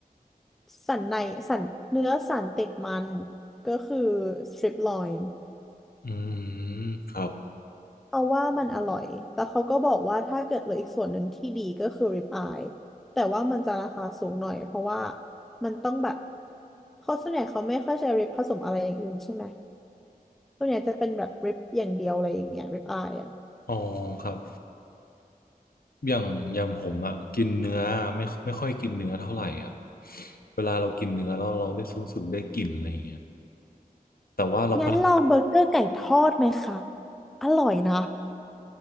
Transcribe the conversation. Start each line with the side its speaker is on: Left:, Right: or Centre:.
Centre: สันในสันเนื้อสันติดมันก็คือสตริปลอยน์
Left: อืมครับ
Centre: เอาว่ามันอร่อย แต่เขาก็บอกว่าถ้าเกิดเหลืออีกส่วนหนึ่งที่ดีก็คือริบอาย แต่ว่ามันจะราคาสูงหน่อยเพราะว่ามันต้องแบบเพราะส่วนใหญ่เขาไม่ค่อยใช้ริบผสมอะไรอย่างอื่นใช่ไหมส่วนใหญ่จะเป็นแบบริบอย่างเดียวอะไรอย่างเงี้ยริบอายอ่ะ
Left: อ๋อครับอย่างอย่างผมอะกินเนื้อไม่ไม่ค่อยกินเนื้อเท่าไหร่อะเวลาเรากินเนื้อเราเราได้รู้สึกได้กลิ่นอะไรอย่างเงี้ยแต่ว่าเราพอ
Centre: งั้นลองเบอร์เกอร์ไก่ทอดไหมคะ อร่อยนะ